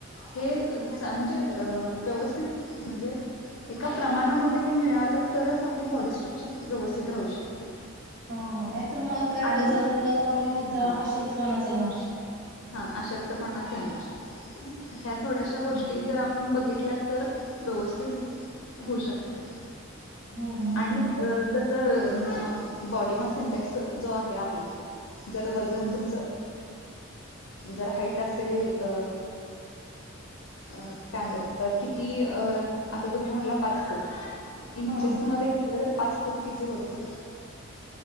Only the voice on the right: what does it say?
हा नाही तरर मग काय
वजन न कमी होता
अशक्तपणाच येणार.
हा
हम्म हम्म
हम्म हम्म
हा
हा